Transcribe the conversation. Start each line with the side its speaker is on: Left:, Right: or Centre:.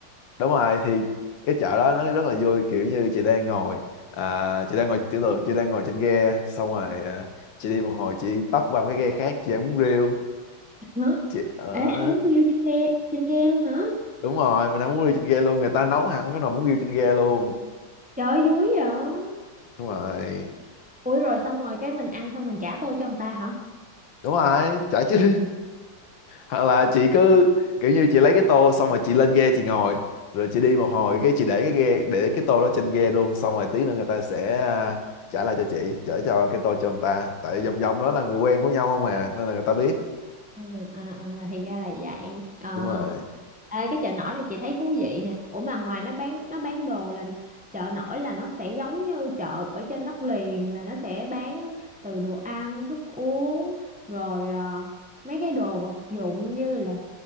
Left: đúng rồi thì cái chợ đó nó rất là vui kiểu như chị đang ngồi à, chị đang ngồi tưởng tượng chị đang ngồi trên ghe xong rồi à, chị đi một hồi chị tấp qua một cái ghe khác chị ăn bún riêu
Centre: Hả?
Left: chị ở
Centre: Ê ăn bún riêu trên ghe trên ghe luôn hả?
Left: đúng rồi mình ăn bún riêu trên ghe luôn người ta nấu hẳn cái nồi bún riêu trên ghe luôn
Centre: Trời ơi, vui vậy.
Left: đúng rồi
Centre: Ủa rồi xong rồi cái mình ăn xong mình trả tô cho người ta hả?
Left: đúng rồi chợ chứ hoặc là chị cứ kiểu như chị lấy cái tô xong rồi chị lên ghe chị ngồi rồi chị đi một hồi cái chị để cái ghe để cái tô đó trên ghe luôn xong rồi tí nữa người ta sẽ à, trả lại cho chị trả cho cái tô cho người ta tại vòng vòng đó là người quen của nhau không à nên là người ta biết
Centre: À, à, à, thì ra là vậy. Ờ.
Left: đúng rồi
Centre: Ê, cái chợ nổi này chị thấy thú vị nè. Ủa mà ngoài nó bán nó bán đồ là chợ nổi là nó sẽ giống như chợ ở trên đất liền là nó sẽ bán từ đồ ăn, thức uống rồi ờ, mấy cái đồ vật dụng như là